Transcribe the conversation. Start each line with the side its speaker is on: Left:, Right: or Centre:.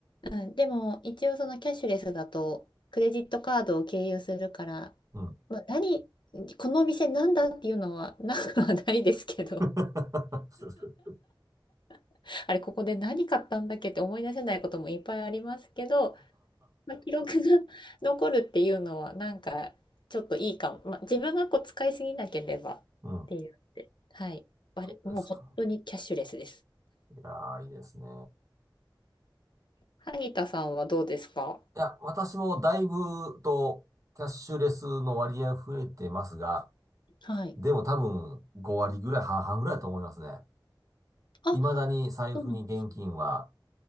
Left: うん、でも一応そのキャッシュレスだとクレジットカードを経由するから、
Right: うん。
Left: まあ、何このお店なんだっていうのはなくはないですけど
Right: <laughs>
Left: <laughs> あれここで何買ったんだっけって思い出せないこともいっぱいありますけど、まあ、記録が <laughs> 残るっていうのはなんかちょっといいかも、まあ、自分がこう使いすぎなければっていうのではい、
Right: うん。
Left: あれもう本当にキャッシュレスです。
Right: そうですか。いやー、いいですね。
Left: 萩田さんはどうですか
Right: いや、私もだいぶとキャッシュレスの割合増えてますが、
Left: はい。
Right: でも多分5割ぐらい、半々ぐらいだと思いますね。
Left: あ、
Right: 未だに財布に現金は、
Left: そうなんですね。